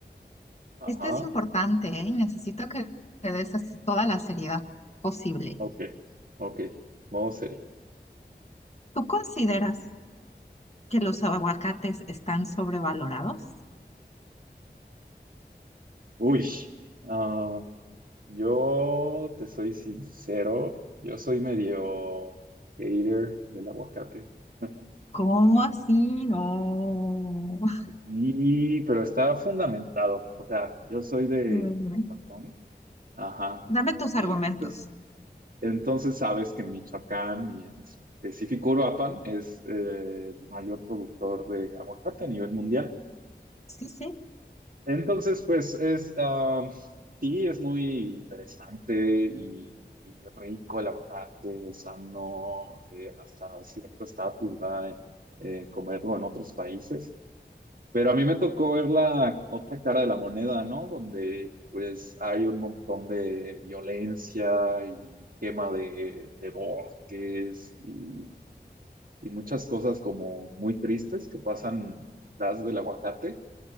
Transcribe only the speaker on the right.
Ajá.
Ok, ok, modo serio.
Uy, ah, yo te soy sincero, yo soy medio hater del aguacate. <laughs>
Y, pero está fundamentado, o sea, yo soy de
Michoacán, ajá.
Y entonces, entonces sabes que Michoacán y en específico Uruapan es eh, el mayor productor de aguacate a nivel mundial.
Entonces, pues es, ah, sí, es muy interesante y, y rico el aguacate, sano, eh, hasta cierto estatus da en eh, comerlo en otros países. Pero a mí me tocó ver la otra cara de la moneda, ¿no? Donde pues hay un montón de violencia y quema de, de bosques y, y muchas cosas como muy tristes que pasan detrás del aguacate.